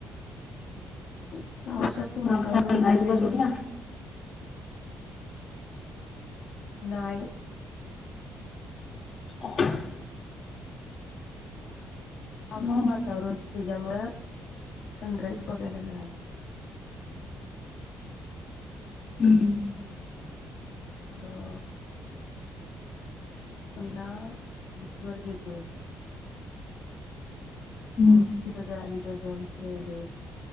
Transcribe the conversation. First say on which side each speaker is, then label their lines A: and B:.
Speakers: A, on the left; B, on the left.
A: पावसाच वातावरण
B: मग सकाळी
A: होत ते
B: बघितला
A: जंग नाही.
B: <unintelligible>
A: पावसात
B: मग
A: वातावरण तुझ्यामुळं सनराईज बघायला मिळाल
B: हम्म
A: मग पहिला बीचवर गेलतो
B: हम्म.
A: मग तिथ जरा बीच वर जाऊन खेळालो